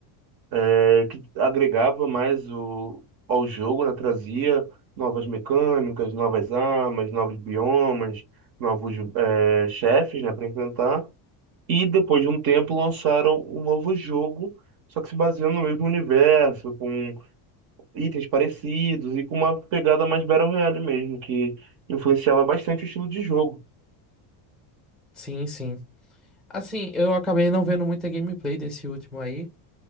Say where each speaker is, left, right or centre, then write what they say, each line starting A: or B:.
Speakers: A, on the right; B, in the centre.
A: é, que agregava mais o, ao jogo, né? Trazia novas mecânicas, novas armas, novos biomas, novos é, chefes, né? Para enfrentar. E depois de um tempo lançaram um novo jogo, só que se baseando no mesmo universo, com itens parecidos e com uma pegada mais Battle Royale mesmo, que influenciava bastante o estilo de jogo.
B: Sim, sim. Assim, eu acabei não vendo muita gameplay desse último aí,